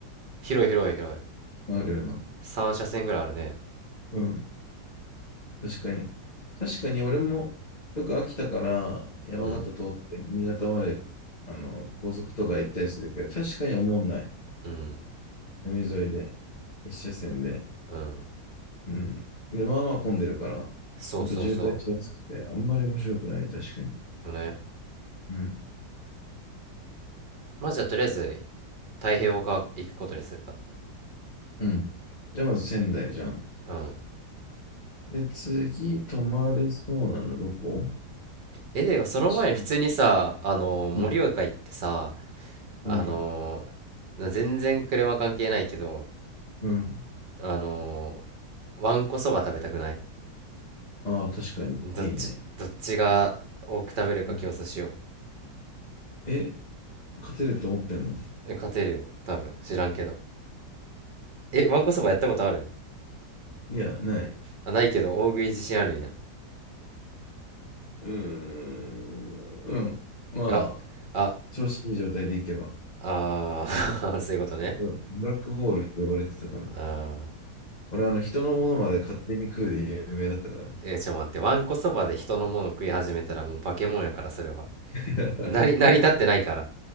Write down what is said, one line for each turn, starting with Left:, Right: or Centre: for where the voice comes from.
Right: 広い広い広い。
Left: な。あるよな。
Right: 三車線ぐらいあるね。
Left: うん。確かに。確かに俺もよく秋田から山形通って新潟まであの高速とか行ったりするけど、
Right: うん。
Left: 確かに思んない。
Right: うん。
Left: 海沿いで、一車線で。
Right: うん。
Left: うん。で、まあまあ混んでるから、
Right: そうそうそ
Left: ほんと渋滞しやすくて、あんまり面白くない、確かに。
Right: う。よね。
Left: うん。
Right: まあじゃあとりあえず太平洋側行くことにするか。
Left: うん。じゃあまず仙台じゃん。
Right: うん。
Left: で、次、泊まれそうなのどこ
Right: え、でがその前に普通にさ、
Left: ち
Right: あのー、盛岡行ってさ、
Left: うん、うん、
Right: あのー、全然車関係ないけど、
Left: うん。
Right: あのー、わんこそば食べたくない
Left: ああ、確かに。
Right: どっち、
Left: いいね。
Right: どっちが多く食べるか競争しよ
Left: うん。え、勝てると思ってんの
Right: う。え、勝てるよ。多分。知らんけど。え、わんこそばやったことある
Left: いや、ない。
Right: あ、ないけど、大食い自信あるんや。
Left: うーん。うん。まあ、
Right: あ、あ、
Left: 調子いい状態でいけば。
Right: あー <laughs> そういうことね。
Left: うんブラックホールって呼ばれてたから。
Right: あー
Left: 俺、あの、人のものまで勝手に食うで有名だったからね。
Right: えーちょっと待って、わんこそばで人のもの食い始めたらもう化け物やから、それは。
Left: <laughs>
Right: <laughs> なり、成り立ってないから。